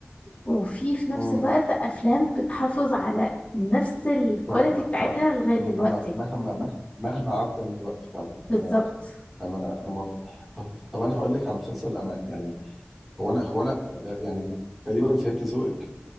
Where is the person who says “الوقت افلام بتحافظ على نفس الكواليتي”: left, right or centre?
Left